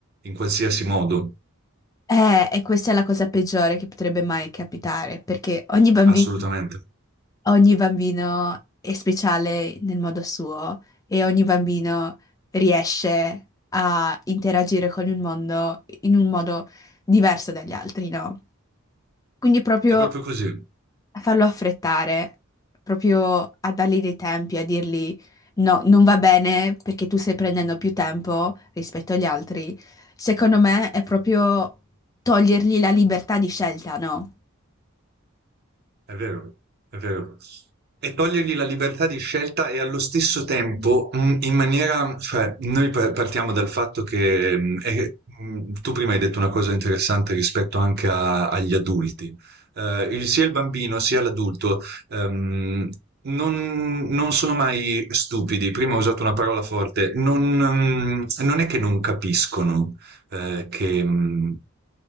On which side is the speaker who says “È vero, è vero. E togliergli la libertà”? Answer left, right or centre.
Right